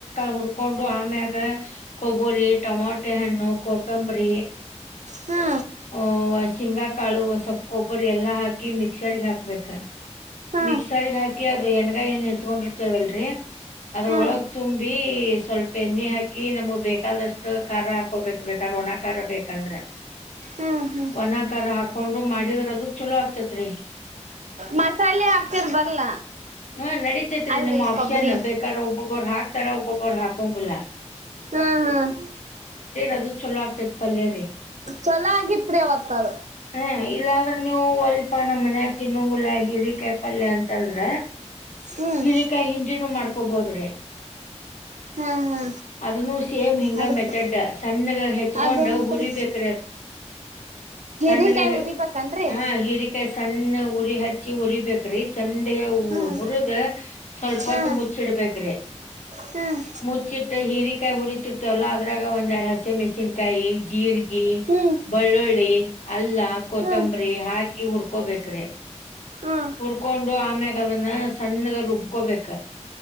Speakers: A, on the left (about 80°); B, on the right (about 80°).
A: ಹುಡ್ಕೊಂಡು ಆಮ್ಯಾಗ ಕೊಬ್ಬರಿ ಟೊಮಾಟೆ ಹಣ್ಣು ಕೊತ್ತಂಬರಿ
B: ಹಾ
A: ಹ ಶಿಂಗಾಕಾಳು ಸೊಪ್ಪ ಗೊಬ್ಬರಿ ಎಲ್ಲಾ ಹಾಕಿ ಮಿಕ್ಸರ್ ಹಾಕ್ಬೇಕು
B: ಹಾ
A: ಮಿಕ್ಸರ್ಗ ಹಾಕಿ ಅದು ಎಣಗಾಯಿ ಏನ್ ಎತ್ಕೊಂಡಿರ್ತೇವಲ್ರರಿ ಅದ್ರ
B: ಹಾ
A: ಒಳಗ್ ತುಂಬಿ ಸ್ವಲ್ಪ ಎಣ್ಣೆ ಹಾಕಿ ನಮ್ಗ್ ಬೇಕಾದಷ್ಟು ಖಾರ ಹಾಕೋಬೇಕು ಬೇಕಾದ್ರ ಒಣಕಾರ ಬೇಕಂದ್ರೆ
B: ಹ್ಮ್ ಹ್ಮ್
A: ಒಣಕಾರ ಹಾಕೊಂಡು ಮಾಡಿದ್ರೆ ಅದು ಚಲೋ ಆಗ್ತೇತ್ರಿ
B: ಮಸಾಲೆ ಹಾಕ್ತಿರ್ ಬರ್ಲ
A: ಹ್ಮ ನಡಿತೇತ್ರಿ
B: ಅಲ್ರಿ
A: ನಿಮ್ ಆಪ್ಷನ್
B: ಕೊಬ್ಬರಿ
A: ಬೇಕಾದ್ರ ಒಬೊಬ್ಬರು ಹಾಕ್ತಾರ ಒಬ್ಬೊಬ್ಬರು ಹಾಕಂಗಲ್ಲಾ
B: ಹ್ಮ್ ಹ್ಮ್
A: ಅದು ಚಲೋ ಆಗ್ತೈತ್ ಪಲ್ಲರಿ
B: ಚಲ ಆಗಿತ್ ಅವತ್ತಾರ
A: ಹ್ಮ ಇಲ್ಲಾಂದ್ರೆ ನೀವು ಹೊಲ್ಪ ನಮ್ಮ್ ಮನೆ ಹ ತಿನ್ನುಂಗುಳ ಹಿರಿಕಾಯಿ ಪಲ್ಯ ಅಂತಂದ್ರ
B: ಹ್ಮ್
A: ಹಿರಿಕಾಯಿ ಹಿಂಟಿನೂ ಮಾಡ್ಕೊಬೋದ್ರೆ
B: ಹಾ ಹಾ
A: ಅದನು ಸೇಮ್ ಹಿಂಗ
B: ಅದಕ್ಕ
A: ಮೆಥಡ್ ಸಣ್ಣಗ ಹೆಚ್ಕೊಂಡ್
B: ಅದೇಂಗ್ರಿ
A: ಹುರಿಬೇಕು
B: ಹಿರಿಕಾಯಿ
A: ಸ್ಣಗೆ
B: ಉರಿಬೇಕನ್ರಿ
A: ಹಾ ಹರಿಕ ಸಣ್ಣ ಉರಿ ಹಚ್ಚಿ ಉರಿಬೇಕ್ರಿ ಚಂದಗ
B: ಹ್ಮ್
A: ಹುರದ ಸ್ವಲ್ಪತ್
B: ಹ್ಮ್
A: ಮುಚ್ಚಿಡ್ಬೇಕ್ರಿ
B: ಹ್ಮ್ ಹ್ಮ್
A: ಮುಚ್ಚಿಟ್ಟ ಹೀರಿಕಾಯಿ ಹುರಿತಿರ್ತವಲ್ಲ ಅದ್ರಾಗ ಒಂದ್ ಎರಡು ಹಸಿ ಮೆಣಸಿನ್ಕಾಯಿ ಜೀರಿಗೆ
B: ಹ್ಮ್
A: ಬೆಳ್ಳುಳ್ಳಿ ಅಲ್ಲ ಕೊತ್ತಂಬರಿ
B: ಹ್ಮ್
A: ಹಾಗೆ ಅ ಉರ್ಕೋಬೇಕ್ರಿ
B: ಹ್ಮ್
A: ಹುರ್ಕೊಂಡು ಆಮ್ಯಾಗ ಅದನ್ನ ಸಣ್ಣಗ ರುಬ್ಕೋಬೇಕ